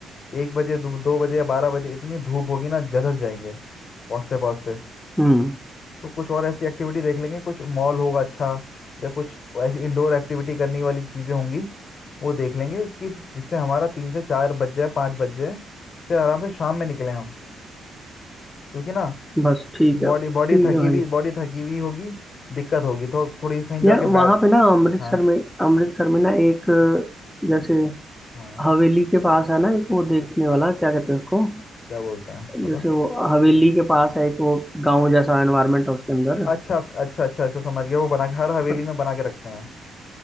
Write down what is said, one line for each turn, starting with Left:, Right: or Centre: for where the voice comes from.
Left: एक बजे दो, दो बजे या बारह बजे इतनी धूप होगी ना जलस जाएंगे पहुँचते पहुँचते
Centre: हम्म
Left: तो कुछ और ऐसी एक्टिविटी देख लेंगे कुछ मॉल होगा अच्छा या कुछ ऐसी इंडोर एक्टिविटी करने वाली चीज़ें होंगी वो देख लेंगे कि जिससे हमारा तीन से चार बज जाए पाँच बज जाए फिर आराम से शाम में निकले हम क्योंकि ना
Centre: बस ठीक
Left: बॉडी
Centre: है ठीक
Left: बॉडी थकी
Centre: है भाई
Left: हुई बॉडी थकी हुई होगी दिक्कत होगी थो, थोड़ी कहीं जाके
Centre: यार
Left: बैठ
Centre: वहाँ पे ना अमृतसर
Left: हाँ
Centre: में अमृतसर
Left: हाँ
Centre: में ना एक जैसे
Left: हाँ।
Centre: हवेली के पास है ना एक वो देखने वाला क्या कहते हैं उसको
Left: क्या बोलते हैं पता
Centre: जैसे वो हवेली के पास है एक वो गांव जैसा एनवायरनमेंट है उसके अंदर
Left: अच्छा अच्छा अच्छा अच्छा समझ गया वो बना के हर हवेली
Centre: पर-
Left: में बना के रखते हैं